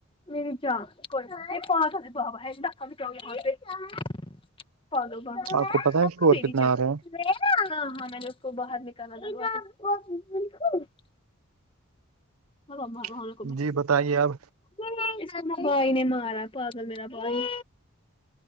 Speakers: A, on the left (about 25°); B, on the right (about 85°).
A: میری جان کوئی <unintelligible>
B: آپ کو پتا ہے شور کتنا آ رہا
A: <unintelligible> <unintelligible>
B: <inaudible>
A: <unintelligible>
B: جی بتائیے آپ
A: نا بھائی نے مارا ہے پاگل میرا بھائی